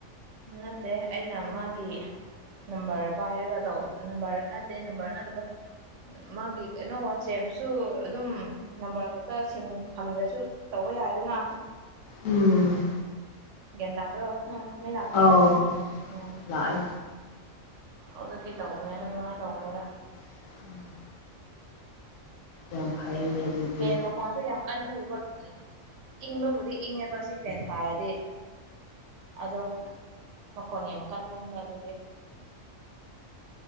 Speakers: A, on the right (about 70°); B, on the left (about 75°).
A: ꯅꯠꯇꯦ ꯑꯩꯅ ꯃꯥꯒꯤ ꯅꯝꯕꯔ ꯄꯥꯏꯔꯒ ꯇꯧ ꯅꯝꯕꯔ ꯅꯠꯇꯦ ꯅꯝꯕꯔ ꯅꯠꯇꯕ ꯃꯥꯒꯤ ꯀꯩꯅꯣ ꯋꯥꯆꯦꯞꯁꯨ ꯑꯗꯨꯝ ꯅꯝꯕꯔ ꯈꯛꯇ ꯊꯝꯗ꯭ꯔꯁꯨ ꯇꯧ ꯍꯧꯕ ꯌꯥꯏꯗꯅ
B: ꯎꯝ
A: ꯒ꯭ꯌꯥꯟ ꯇꯥꯕ꯭ꯔꯣ ꯎꯝ ꯃꯩ ꯂꯥꯛꯄ꯭ꯔꯣ
B: ꯑꯥꯎ
A: ꯎꯝ
B: ꯂꯥꯛꯑꯦ
A: ꯑꯗꯨ ꯀꯩ ꯇꯧꯅꯦꯗ ꯉꯥꯏꯅ ꯇꯧꯕꯅꯦꯗ
B: ꯎꯝ ꯌꯥꯝ ꯐꯩ ꯃꯗꯨꯗꯤ
A: ꯐꯦꯟ ꯃꯈꯣꯟꯁꯨ ꯌꯥꯝ ꯀꯟꯕꯒꯤꯀꯣ ꯏꯪꯕꯕꯨꯗꯤ ꯏꯪꯉꯦꯕ ꯁꯤ ꯐꯦꯟ ꯊꯥꯔꯗꯤ ꯑꯗꯣ ꯃꯈꯣꯟ ꯌꯥꯝ ꯀꯟꯃꯟꯕ ꯑꯗꯨꯒꯤ <unintelligible>